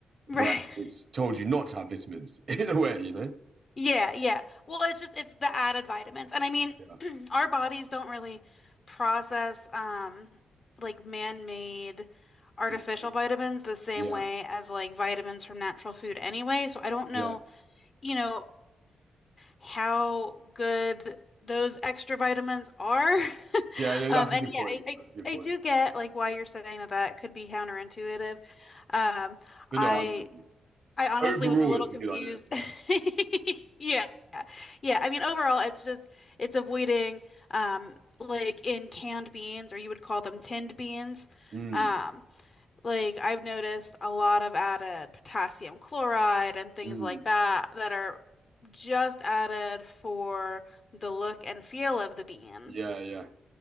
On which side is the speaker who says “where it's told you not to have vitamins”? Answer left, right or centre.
Right